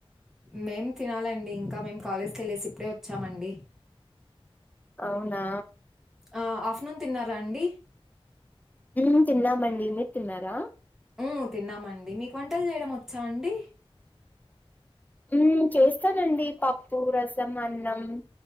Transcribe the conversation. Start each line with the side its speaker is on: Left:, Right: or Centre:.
Centre: మేం తినాలండి ఇంకా మేము కాలేజ్కి వెళ్ళేసి ఇప్పుడే వచ్చామండి
Left: అవునా
Centre: ఆ అఫ్టర్నూన్ తిన్నారా అండి
Left: మ్ తిన్నామండి మీరు తిన్నారా
Centre: మ్ తిన్నామండి మీకు వంటలు చేయడం వచ్చా అండి
Left: ఉ చేస్తానండి పప్పు రసం అన్నం